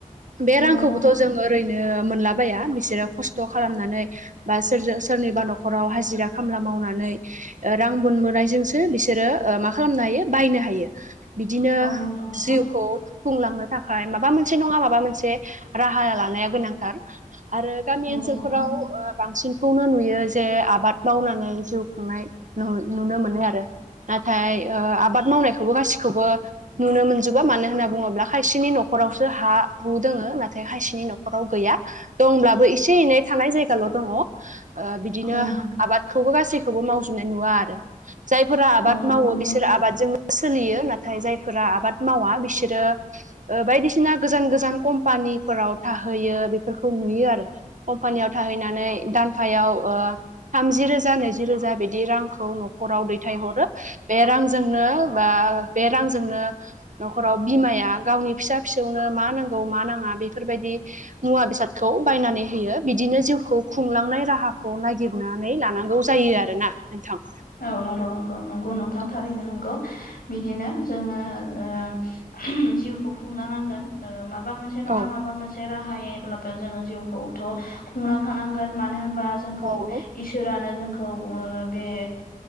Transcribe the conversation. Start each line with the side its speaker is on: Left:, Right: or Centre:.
Right: बे
Left: नंगौ
Right: रांखौबोथ'
Left: नोंथां
Right: जों ओरैनो मोनलाबाया बिसोरो खस्थ' खालामनानै बा सोरजो सोरनिबा न'खराव हाजिरा खामला मावनानै <inaudible> बिदिनो
Left: औ नंगौ नोंथां
Right: जिउखौ खुंलांनो थाखाय माबा मोनसे नङा माबा मोनसे राहा लानाया गोनांथार, आरो गामि
Left: नंगौ
Right: ओनसोलफोराव
Left: नोंथां
Right: ओ बांसिनखौनो नुयो जे आबाद मावनानै जिउ खुंनाय नु-नुनो मोनो आरो। नाथाय ओ आबाद मावनायखौबो गासिखौबो नुनो मोनजोबा। मानो होनना बुङोब्ला खायसेनि न'खरावसो हा हु दोङो नाथाय खायसेनि न'खराव गैया। दंब्लाबो एसे एनै थानाय जायगाल' दङ। ओ बिदिनो
Left: औ
Right: आबादखौबो गासैखौबो मावजोबनाय नुवा आरो। जायफोरा आबाद
Left: औ नंगौ
Right: मावो
Left: नोंथां
Right: बिसो आबादजोंनो सोलियो नाथाय जायफोरा आबाद मावा बिसोरो ओ बायदिसिना गोजान गोजान कम्पानिफोराव थाहैयो बेफोरखौ नुयो आरो। कम्पानियाव थाहैनानै दानफायाव ओ थामजि रोजा नैजि रोजा बिदि रांखौ न'खराव दैथायहरो, बे रांजों जोंनो बा बे रांजोंनो न'खराव बिमाया गावनि फिसा फिसौनो मा नांगौ मा नाङा बेफोरबायदि मुवा बेसादखौ बायनानै होयो बिदिनो जिउखौ खुंलांनाय राहाखौ नागिर बुथुमनानै लानांगौ जायो आरो ना नोंथां।
Left: औ नंगौ नंगौ नंगौ नोंथां
Right: औ
Left: थारैनो नंगौ। बिदिनो जोङो ओ जिउखौ खुंलनांगोन ओ माबा मोनसे मोनसे नङा
Right: औ
Left: माबा मोनसे राहायैब्लाबो जोङो जिउखौथ' खुंलांखानांगोन मानो होनबा जोंखौ
Right: औ
Left: इसोरानो जोंखौ ओ बे